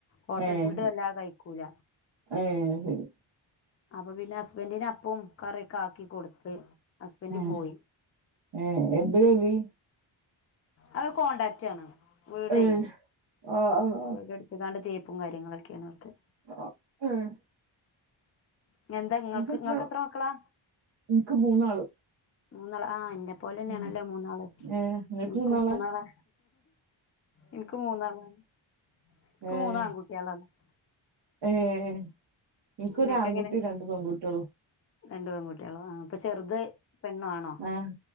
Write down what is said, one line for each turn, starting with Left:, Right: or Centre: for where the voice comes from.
Left: ഹോട്ടൽ
Right: ഏയ്
Left: ഫുഡ് വല്ലാതെ കഴിക്കൂല
Right: ഏയ് ശരി
Left: അപ്പൊ പിന്നെ ഹുസ്ബൻടിന് അപ്പോം കറിയൊക്കെ ആക്കി കൊടുത്ത്- ഹസ്ബൻഡ്
Right: ഏയ്
Left: പോയി
Right: ഏ എന്താ ജോലി
Left: അത് കോൺടാക്ട്ടാണ് വീടെ
Right: ഏഹ് ആഹ് ആഹ്
Left: വീട് - ഏതാണ്ട്‌ തേപ്പും കാര്യങ്ങളൊക്കെയാണ് അവർക്ക്
Right: ആഹ് ആഹ് ഏഹ്
Left: ഇനി എന്താ നിങ്ങക്ക്
Right: നിനക്കെത്ര
Left: നിങ്ങൾക്ക് എത്ര മക്കളാ
Right: ഇൻക്ക് മൂന്നാള്
Left: മൂന്നാള് ആ എന്റെ പ്പോലെന്നെയാണല്ലോ
Right: ഉം
Left: മൂന്നാള്
Right: ഏഹ് ഇങ്ങക്ക്
Left: എനിക്ക്
Right: മൂന്നാളാ
Left: മൂ <unintelligible> ന്നാളാ എനിക്ക് മൂന്നാളാണ് എനിക്ക്
Right: ഉം
Left: <unintelligible>
Right: ഏയ് എനിക്കോരു
Left: നിങ്ങൾക്ക്
Right: ആൺകുട്ടി
Left: എങ്ങനെ
Right: രണ്ട് പെൺകുട്ട്യോളും
Left: രണ്ട് പെൺകുട്ട്യോളോ ആ അപ്പൊ ചെറുത് പെണ്ണോ ആണോ
Right: ആഹ്